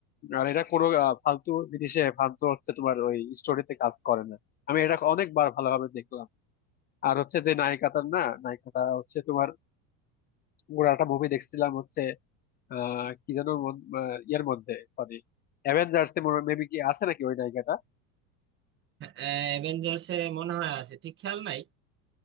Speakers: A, on the left; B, on the right.
A: আর এটা কোনো আহ, ফালতু জিনিসে ফালতু হচ্ছে তোমার ওই স্টোরিতে কাজ করে না আমি এটা অনেকবার ভালোভাবে দেখলাম আর হচ্ছে যে নায়িকাটার না নায়িকাটা হচ্ছে তোমার পুরো একটা মুভি দেখছিলাম হচ্ছে আহ কি যেন মন- আহ, ইয়ের মধ্যে সরি অ্যাভেঞ্জার্স এ মেবি কি আছে নাকি ওই নায়িকাটা
B: অ্যাভেঞ্জার্স এ মনে হয় আছে ঠিক খেয়াল নাই